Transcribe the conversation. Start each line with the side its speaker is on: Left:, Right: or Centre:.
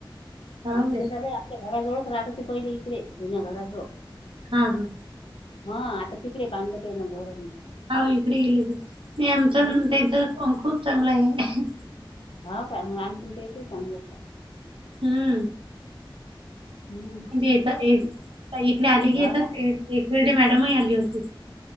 Right: हो
Left: आमची
Right: काय
Left: <unintelligible> ते घराजवळच राहत होते पहिले इकडे जुन्या घराजवळ.
Right: हा हा.
Left: हा आता तिकडे बांधत आहे ना घर
Right: हो इकडे गेले ते नाही आमचं
Left: हम्म
Right: न त्यांचं पण खूप चांगला आहे.
Left: हो का? मग आमचं न त्यांचं ही चांगलंच आहे.
Right: हम्म.
Left: हम्म.
Right: ते येता ते ताई इकडे आली की येतात
Left: हो ना
Right: ते एक वेळ ते मॅडमही आली होती.